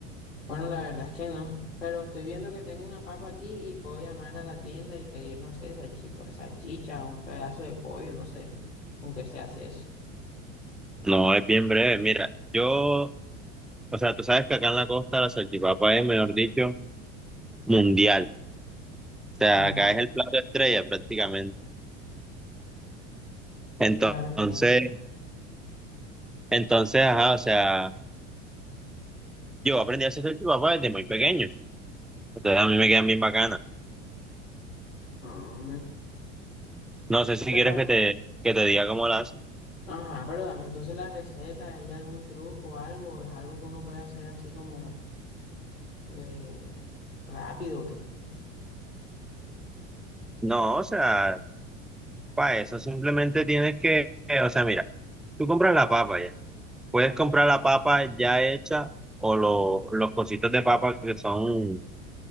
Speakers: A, on the left (about 80°); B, in the centre.
A: Bueno, la verdad es que no. Pero estoy viendo que tengo una papa aquí y puedo llamar a la tienda y pedir, no sé, salchipa- salchicha o un pedazo de pollo, no sé, aunque se hace eso.
B: No, es bien breve. Mira, yo, o sea, tú sabes que acá en la costa la salchipapa es, mejor dicho, mundial. O sea,
A: Ujú.
B: acá es el plato estrella prácticamente. Entonces,
A: Claro, claro.
B: entonces, ajá, o sea, yo aprendí a hacer salchipapa desde muy pequeño. Entonces a mí me quedan bien bacanas.
A: Ah,
B: No sé si
A: Pero,
B: quieres que te, que te diga cómo las.
A: ajá, pero dame entonces la receta, ¿hay algún truco o algo? ¿Es algo que uno puede hacer así como eh, rápido o qué?
B: No, o sea, para eso simplemente tienes que, eh, o sea, mira, tú compras la papa ya. Puedes comprar la papa ya hecha o lo- los cositos de papa que son